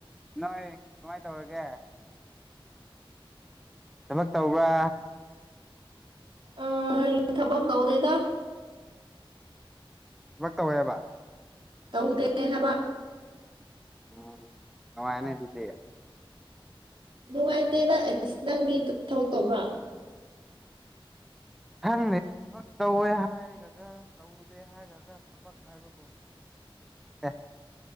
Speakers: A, in the centre; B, on the right (about 65°).
A: ꯅꯣꯏ ꯀꯃꯥꯏꯅ ꯇꯧꯔꯒꯦ ꯊꯕꯛ ꯇꯧꯕ꯭ꯔꯥ
B: ꯑ ꯊꯕꯛ ꯇ ꯍꯧꯗꯦꯗ
A: ꯊꯕ ꯇꯧꯋꯦꯕ
B: ꯇꯧꯗꯦꯍꯕ
A: ꯎꯝ ꯑ ꯑꯦꯅꯦ ꯊ ꯊ
B: ꯅꯨꯡꯉꯥꯏꯇꯦꯗ ꯑꯦꯁ ꯅꯪꯗꯤ ꯊꯕꯛ ꯇꯧꯕ꯭ꯔꯥ
A: ꯈꯪꯗꯦ ꯊꯕꯛ ꯇꯧꯋꯦ ꯍꯥꯏꯒꯗ꯭ꯔꯥ ꯇꯧꯗꯦ ꯍꯥꯏꯒꯗ꯭ꯔꯥ ꯊꯕꯛ ꯍꯥꯏꯕꯕꯨ ꯑꯦ